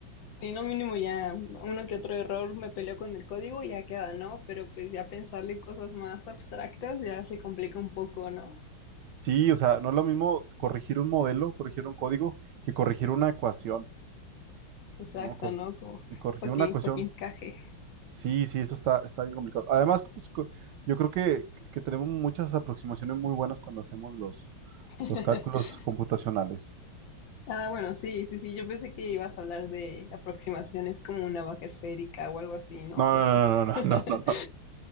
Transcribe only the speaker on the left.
Si no mínimo ya uno que otro error me peleó con el código y ya queda, ¿no? Pero pues ya pensarle cosas más abstractas ya se complica un poco, ¿no?
Exacto,
¿no? Como
para
que,
para que encaje.
<laughs>
Ah, bueno, sí, sí, sí, yo pensé que ibas a hablar de aproximaciones como una vaca esférica o algo así, ¿no?
Pero
<laughs>